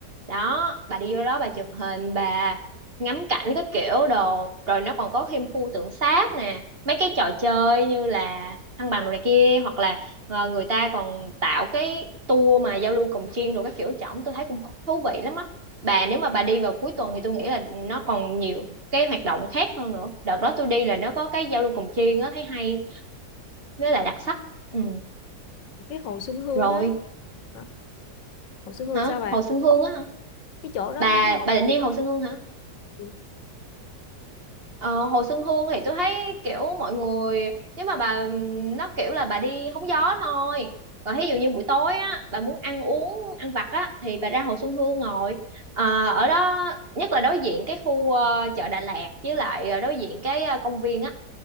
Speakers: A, on the right; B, on the left.
A: đó bà đi vô đó bà chụp hình bà ngắm cảnh cái kiểu đồ rồi nó còn có thêm khu tượng sáp nè mấy cái trò chơi như là thăng bằng đồ này kia hoặc là Ờ, người ta còn tạo cái tour mà giao lưu cồng chiêng đồ các kiểu trỏng tôi thấy cũng thú vị lắm á bà nếu mà bà đi vào cuối tuần thì tôi nghĩ là nó còn nhiều cái hoạt động khác hơn nữa đợt đó tôi đi là nó có cái giao lưu cồng chiêng á thấy hay với là đặc sắc ừ
B: cái hồ Xuân Hương
A: rồi
B: á hả? hồ Xuân Hương
A: hả
B: sao bà
A: Hồ Xuân Hương á hả
B: cái chỗ đó
A: bà
B: cái hồ
A: bà định đi Hồ Xuân Hương hả
B: ừ.
A: Ờ, Hồ Xuân Hương thì tôi thấy kiểu mọi người nếu mà bà nó kiểu là bà đi hóng gió thôi còn thí dụ như buổi tối á bà muốn ăn uống ăn vặt á thì bà ra Hồ Xuân Hương ngồi Ờ, ở đó nhất là đối diện cái khu ờ, chợ Đà Lạt với lại ờ, đối diện cái ờ, công viên á